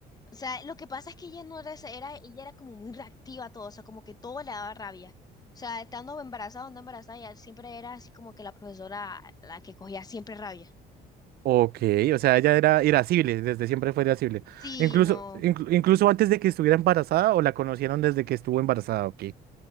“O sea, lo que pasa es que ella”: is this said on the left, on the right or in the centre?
Left